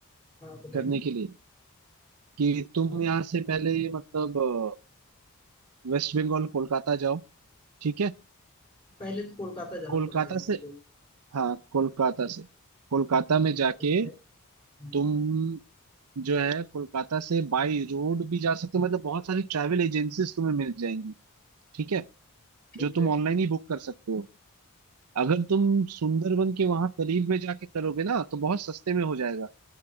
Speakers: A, on the left (about 25°); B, on the right (about 85°).
A: हाँ बताइए
B: करने के लिए कि
A: हाँ
B: तुम
A: हाँ
B: यहाँ से पहले मतलब अ, वेस्ट बंगाल कोलकाता जाओ ठीक है
A: पहले तो कोलकाता जाना
B: कोलकाता
A: पड़ेगा मेरे
B: से
A: को
B: हाँ कोलकाता से कोलकाता में जाके
A: ठीक है हम्म,
B: तुम जो है कोलकाता से बाई रोड भी जा सकते हो मतलब बहुत सारी ट्रैवल एजेंसीज तुम्हें मिल जाएंगी ठीक है
A: ठीक
B: जो तुम
A: है
B: ऑनलाइन ही बुक कर सकते हो अगर तुम सुंदरबन के वहां करीब में जाके करोगे ना तो बहुत सस्ते में हो जाएगा